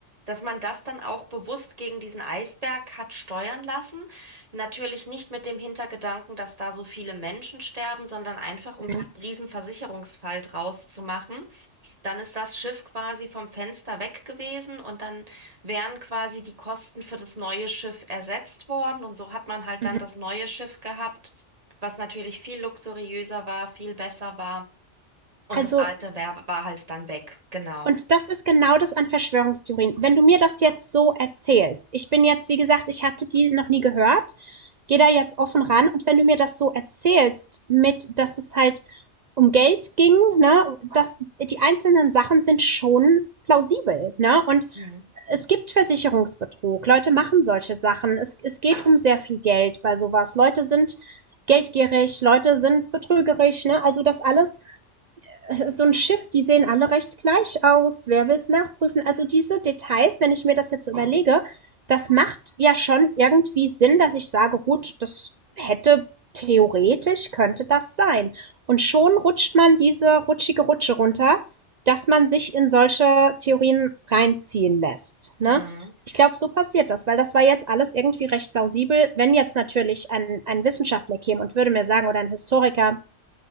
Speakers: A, on the right; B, on the right.
A: dass man das dann auch bewusst gegen diesen Eisberg hat steuern lassen. Natürlich nicht mit dem Hintergedanken, dass da so viele Menschen sterben, sondern einfach, um
B: Mhm.
A: da einen riesen Versicherungsfall draus zu machen. Dann ist das Schiff quasi vom Fenster weg gewesen und dann wären quasi die Kosten für das neue Schiff ersetzt worden. Und so hat man halt
B: Mhm.
A: dann das neue Schiff gehabt, was natürlich viel luxuriöser war, viel besser war. Und
B: Also
A: das alte wär, war halt dann weg, genau.
B: Und das ist genau das an Verschwörungstheorien. Wenn du mir das jetzt so erzählst, ich bin jetzt, wie gesagt, ich hatte die noch nie gehört, gehe da jetzt offen ran und wenn du mir das so erzählst, mit, dass es halt um Geld ging, ne, dass die einzelnen Sachen sind schon plausibel, ne, und
A: Mhm.
B: es gibt Versicherungsbetrug, Leute machen solche Sachen, es, es geht um sehr viel Geld bei sowas, Leute sind geldgierig, Leute sind betrügerig, ne, also das alles so ein Schiff, die sehen alle recht gleich aus. Wer will's nachprüfen? Also diese Details, wenn ich mir das jetzt so überlege, das macht ja schon irgendwie Sinn, dass ich sage, gut, das hätte theoretisch könnte das sein. Und schon rutscht man diese rutschige Rutsche runter, dass man sich in solche Theorien reinziehen lässt.
A: Mhm.
B: Ne? Ich glaube, so passiert das, weil das war jetzt alles irgendwie recht plausibel. Wenn jetzt natürlich ein, ein Wissenschaftler käme und würde mir sagen oder ein Historiker,